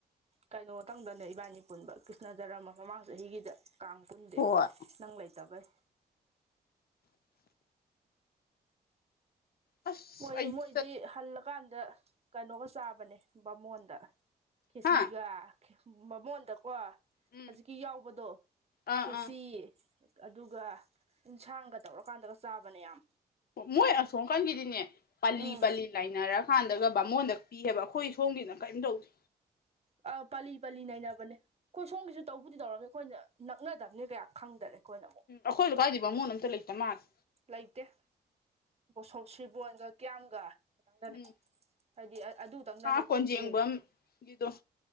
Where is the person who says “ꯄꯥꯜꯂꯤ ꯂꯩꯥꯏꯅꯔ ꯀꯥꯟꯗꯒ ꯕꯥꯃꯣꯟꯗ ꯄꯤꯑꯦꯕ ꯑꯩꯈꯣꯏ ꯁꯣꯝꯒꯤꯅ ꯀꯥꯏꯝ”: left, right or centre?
Left